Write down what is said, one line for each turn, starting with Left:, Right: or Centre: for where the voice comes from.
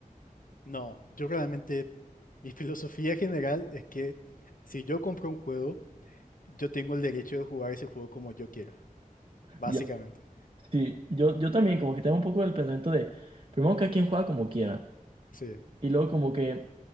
Left: no, yo realmente, mi filosofía general es que si yo compro un juego, yo tengo el derecho de jugar ese juego como yo quiera, básicamente.
Right: Ya, sí, yo, yo también como que tengo un poco el pensamiento de, primero cada quien juega como quiera,
Left: Sí,
Right: y luego como que